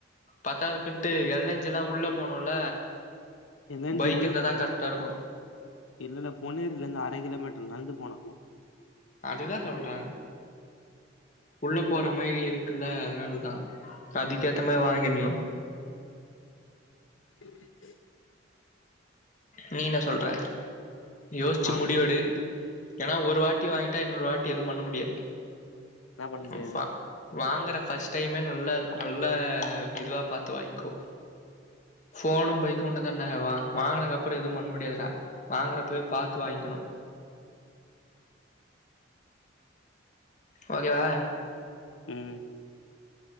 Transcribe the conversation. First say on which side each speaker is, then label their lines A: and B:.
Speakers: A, on the left; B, on the left.
A: பத்தாதுகுன்ட்டு எள் எஞ்சுலா உள்ள போனுல
B: எல் என்
A: பைக்
B: ஜி உள்ள
A: இருந்தாதா
B: போனுமா
A: கரெக்டா இருக்கு
B: இல்லல பொன்னேறிலந்து அர கிலோமீட் நி நடந்து போனா உ
A: அதுக்குதா சொல்றே உள்ள போற மாரி இருக்குல அதனால்தா அதுக்கேத்த
B: ம்
A: மாரி வாங்கிட்ணு
B: <unintelligible>
A: நீ இன்னா சொல்ற யோச்சு
B: வாங்க
A: முடிவெடு ஏனா ஒரு வாங்கிட்டா இன்னொரு வாட்டி எதுவு பண்ண முடியாது
B: என்னா பண்ண முடியாது
A: உ ஃப வாங்கற ஃபஸ்ட்டைமே நல்லா இருக்கு நல்ல இதுவா பாத் து வாங்கிக்கோ ஃபோனு பைக் கு ஒன்னுதான வா வாங்குனக் அப் பறொ எதுவு பண்முடியாதுடா வாங்குறப்பவே பாத்து வாங்கிக்கணு ஓகேவா
B: ம்